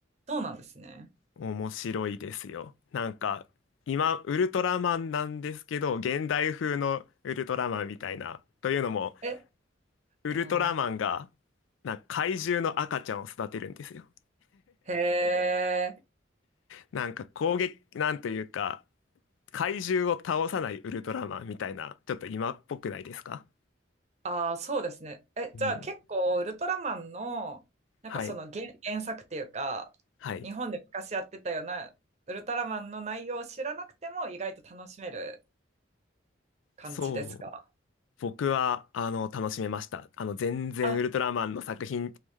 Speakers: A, on the right; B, on the left.
A: そうなんですね。
B: 面白いですよ。なんか、今、ウルトラマンなんですけど、現代風のウルトラマンみたいな。というのも、
A: え、
B: ウルトラマンが、
A: あ
B: なんか怪獣の赤ちゃんを育てるんですよ。
A: ー、へー、
B: なんか攻撃、なんというか、怪獣を倒さないウルトラマンみたいな、ちょっと今っぽくないですか
A: あー、そうですね。え、
B: うん。
A: じゃあ結構ウルトラマンの、なんかその原、
B: はい。
A: 原作っていうか、
B: はい。
A: 日本で昔やってたようなウルトラマンの内容を知らなくても意外と楽しめる。感じですか
B: そう。僕は、あの、楽しめました。あの、全然ウルトラマンの作品
A: あ、